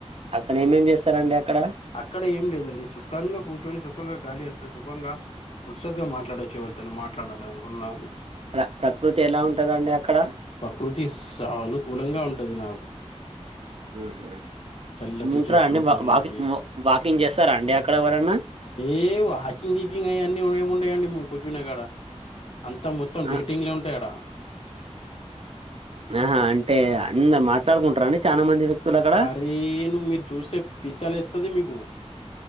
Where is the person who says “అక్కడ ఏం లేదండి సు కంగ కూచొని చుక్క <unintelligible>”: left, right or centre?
Left